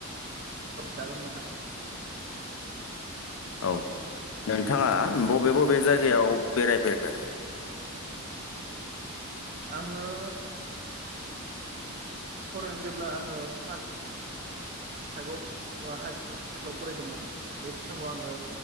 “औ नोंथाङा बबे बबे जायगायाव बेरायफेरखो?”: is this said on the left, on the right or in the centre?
Left